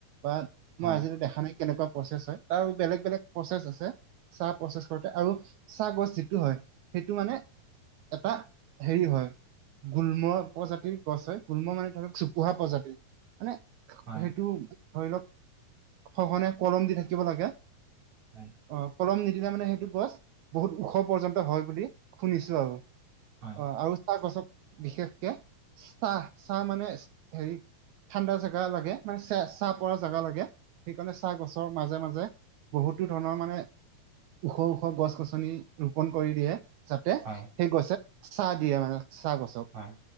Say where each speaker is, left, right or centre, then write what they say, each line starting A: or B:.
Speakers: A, on the right (about 85°); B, on the right (about 55°).
A: বা
B: হয়,
A: মই আজিলৈ দেখা নাই কেনেকুৱা প্ৰচেছ হয়। তাৰ আৰু বেলেগ বেলেগ প্ৰচেছ আছে। চাহ প্ৰচেছ কৰোতে আৰু চাহ গছ যিটো হয় সেইটো মানে এটা হেৰি হয় গুল্ম প্ৰজাতিৰ গছ হয়। গুল্ম মানে <unintelligible> চোপোহা প্ৰজাতিৰ মানে সেইটো
B: হয়,
A: ধৰি লওক সঘনে কলম দি থাকিব লাগে।
B: হয়।
A: অ কলম নিদিলে মানে সেইটো গছ বহুত ওখ পৰ্যন্ত হয় বুলি শুনিছো আৰু
B: হয়,
A: অ আৰু চাহ গছত বিশেষকে চাহ চাহ মানে হেৰি ঠাণ্ডা জাগা লাগে মানে চ ছাঁ পৰা জাগা লাগে। সেইকাৰণে চাহ গছৰ মাজে মাজে বহুতো ধৰণৰ মানে ওখ ওখ গছ-গছনি ৰোপন কৰি দিয়ে। যাতে
B: হয়,
A: সেই গছে ছা দিয়ে মানে চাহ গছক
B: হয়,